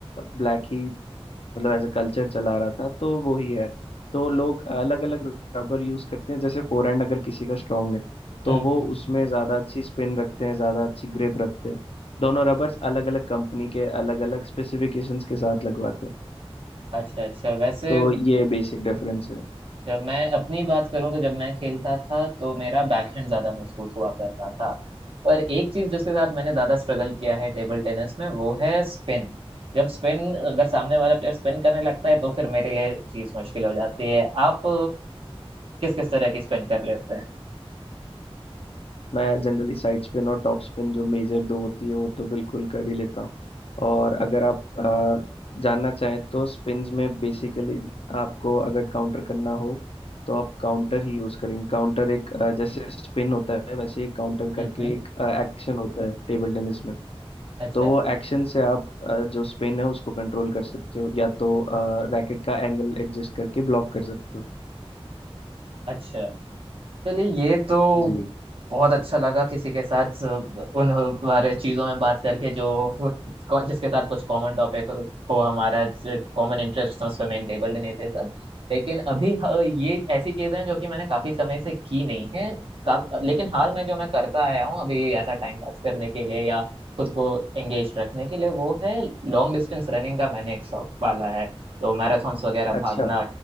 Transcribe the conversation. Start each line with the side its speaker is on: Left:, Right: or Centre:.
Left: ब्लैक ही मतलब एज अ कल्चर चला रहा था तो वो ही है तो लोग अलग अलग रबर यूज करते हैं जैसे फोरहैंड अगर किसी का स्ट्रांग है तो
Right: हम्म
Left: वो
Right: हम्म।
Left: उसमें ज्यादा अच्छी स्पिन रखते हैं ज्यादा अच्छी ग्रिप रखते हैं दोनों रबर्स अलग अलग कंपनी के अलग अलग स्पेसिफिकेशंस के साथ लगवाते हैं
Right: अच्छा अच्छा वैसे
Left: तो ये बेसिक डिफरेंस है
Right: जब मैं अपनी बात करूं तो जब मैं खेलता था तो मेरा बैकहैंड ज्यादा मजबूत हुआ करता था पर एक चीज जिसके साथ मैंने ज्यादा स्ट्रगल किया है टेबल टेनिस में वो है स्पिन जब स्पिन अगर सामने वाला प्लेयर स्पिन करने लगता है तो फिर मेरे लिए चीज मुश्किल हो जाती है आप किस किस तरह की स्पिन कर लेते हैं
Left: मैं जनरली साइड स्पिन और टॉप स्पिन जो मेजर दो होती है वो तो बिल्कुल कर ही लेता हूँ और अगर आप अ, जानना चाहें तो स्पिन्स में बेसिकली आपको अगर काउंटर करना हो तो आप काउंटर ही यूज करेंगे काउंटर एक अ, जैसे स्पिन होता है वैसे ही काउंटर
Right: हम्म
Left: करके
Right: हम्म,
Left: एक एक्शन होता है टेबल टेनिस में
Right: अच्छा
Left: तो
Right: अच्छा
Left: वो एक्शन से आप अ, जो स्पिन है उसको कंट्रोल कर सकते हो या तो रैकेट का एंगल एडजस्ट करके ब्लॉक कर सकते हो
Right: अच्छा चलिए ये तो
Left: जी
Right: बहुत अच्छा लगा किसी के साथ उन बारे चीजों में बात करके जो <laughs> जिसके साथ कुछ कॉमन टॉपिक हो हमारा कॉमन इंटरेस्ट हो स्विमिंग टेबल टेनिस ये सब लेकिन अभी ह- ये ऐसी चीजें हैं जो कि मैंने काफी समय से की नहीं है का, लेकिन हाल में जो मैं करता आया हूँ अभी ऐसा टाइम पास करने के लिए या खुद को एंगेज रखने के लिए वो है लॉन्ग डिस्टेंस रनिंग का मैंने एक शौक पाला है तो मैराथॉन्स वगैरह भागना
Left: अच्छा